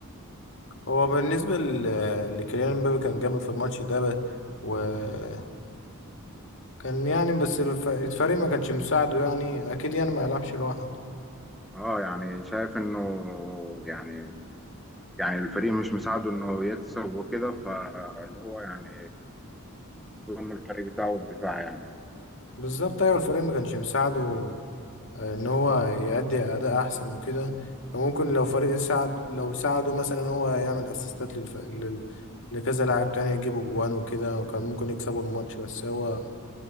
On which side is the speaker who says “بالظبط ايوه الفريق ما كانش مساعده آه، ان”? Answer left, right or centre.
Left